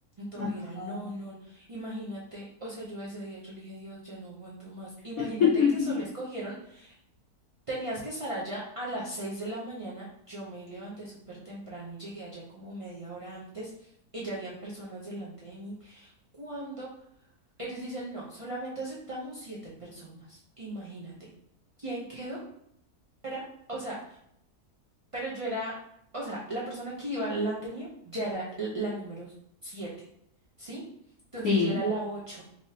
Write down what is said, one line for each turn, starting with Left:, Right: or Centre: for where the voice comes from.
Right: Todo
Left: Ajá.
Right: era no, no. no. Imagínate, o sea, yo ese día yo le dije, Dios, ya no aguanto más. Imagínate
Left: <laughs>
Right: que solo escogieron Tenías que estar allá a las 6 de la mañana. Yo me levanté súper temprano y llegué allá como media hora antes y ya habían personas delante de mí. Cuando ellos dicen, no, solamente aceptamos siete personas. Imagínate. ¿Quién quedó? Era, o sea, pero yo era, o sea, la persona que iba delante mío ya era l- la número siete, ¿sí? Entonces
Left: Sí.
Right: yo era la ocho,